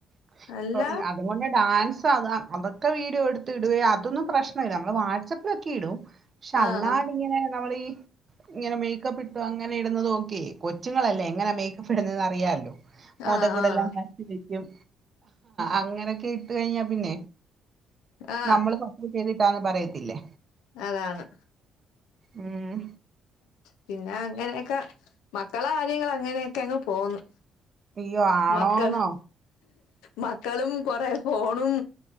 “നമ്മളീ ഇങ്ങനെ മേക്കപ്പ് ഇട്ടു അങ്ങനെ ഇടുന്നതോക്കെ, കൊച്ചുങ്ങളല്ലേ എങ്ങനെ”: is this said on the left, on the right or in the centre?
Right